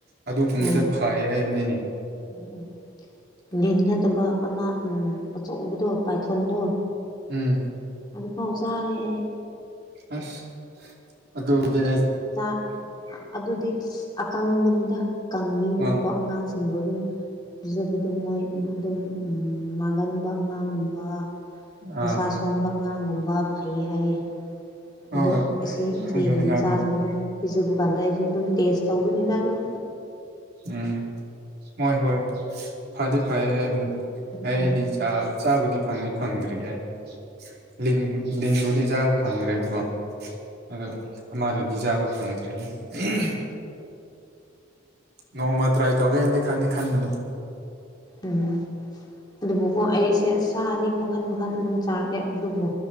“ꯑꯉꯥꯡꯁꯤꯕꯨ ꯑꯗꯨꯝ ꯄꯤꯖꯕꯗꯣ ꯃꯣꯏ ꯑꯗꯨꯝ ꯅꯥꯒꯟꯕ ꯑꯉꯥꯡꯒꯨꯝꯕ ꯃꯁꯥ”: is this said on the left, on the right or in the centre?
Left